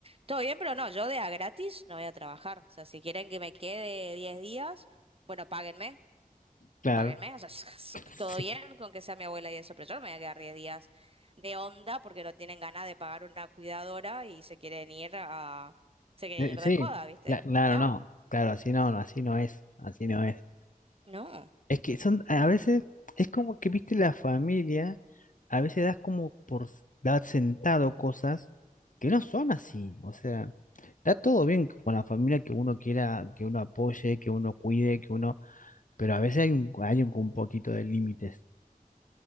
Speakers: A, on the right; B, on the left.
A: todo bien, pero no, yo de a gratis no voy a trabajar. O sea, si quieren que me quede 10 días, bueno, páguenme,
B: Claro,
A: páguenme. O sea, <laughs>
B: sí.
A: todo bien con que sea mi abuela y eso, pero yo no me voy a quedar 10 días de onda porque no tienen ganas de pagar una cuidadora y se quieren ir a, se quieren
B: Eh,
A: ir
B: Sí,
A: de joda, ¿viste?
B: cla- claro,
A: No,
B: no. Claro, así no, no, así no es. Así no es.
A: no.
B: Es que son, a veces, es como que, viste, la familia, a veces das como por s- dar sentado cosas que no son así. O sea, está todo bien con la familia que uno quiera, que uno apoye, que uno cuide, que uno, pero a veces hay un, hay un, un poquito de límites.